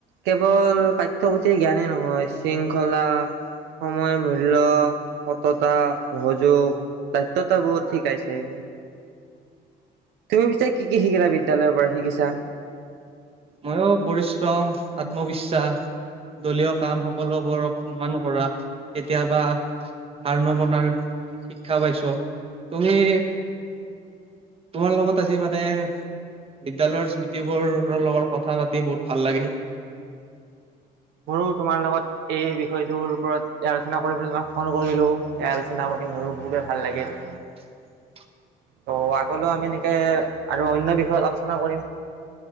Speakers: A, on the right; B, on the right.
A: কেৱল পাঠ্যপুথিৰ জ্ঞানেই নহয় শৃংখলা। সময় মূল্য, সততা, সহযোগ। দায়িত্বতাবোধ শিকাইছে। তুমি পিছে কি কি শিকিলা বিদ্যালয়ৰ পৰা? শিকিছা?
B: ময়ো, পৰিশ্ৰম, আত্মবিশ্বাস। দলীয় কাম সকলোবোৰক সন্মান কৰা কেতিয়াবা। হাৰ নমনাৰ শিক্ষা পাইছো তুমি। তোমাৰ লগত আজি মানে। বিদ্যালয়ৰ স্মৃতিবোৰৰ লগত কথা পাতি বহুত ভাল লাগিল।
A: মোৰো তোমাৰ লগত এই বিষয়টোৰ ওপৰত আলোচনা কৰিম তোমাক ফোন কৰিলো আলোচনা কৰি। মোৰো খুবেই ভাল লাগিল।
B: <inaudible>
A: ত' আগলৈও আমি এনেকৈ আৰু অন্য বিষয়ত আলোচনা কৰিম।